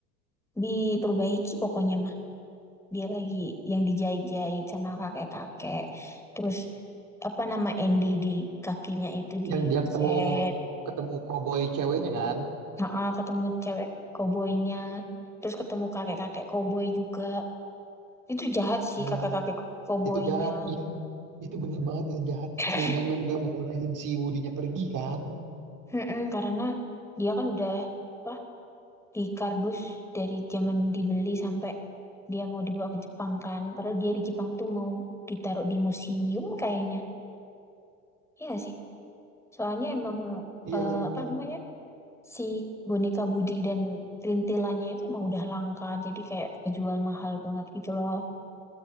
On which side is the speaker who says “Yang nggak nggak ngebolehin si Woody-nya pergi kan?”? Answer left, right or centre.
Right